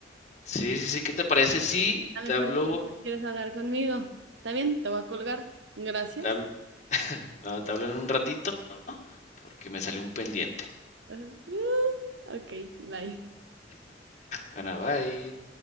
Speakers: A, on the left (about 40°); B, on the right (about 75°).
A: Sí, sí, sí, ¿qué te parece? Sí,
B: A lo
A: te
B: mejor
A: hablo,
B: quieres hablar conmigo. ¿Está bien? Te voy a colgar. Gracias.
A: te hablo, no, te hablo en un ratito porque me salió un pendiente.
B: <laughs> Ajá. Ah, Ok, bye.
A: Bueno, bye.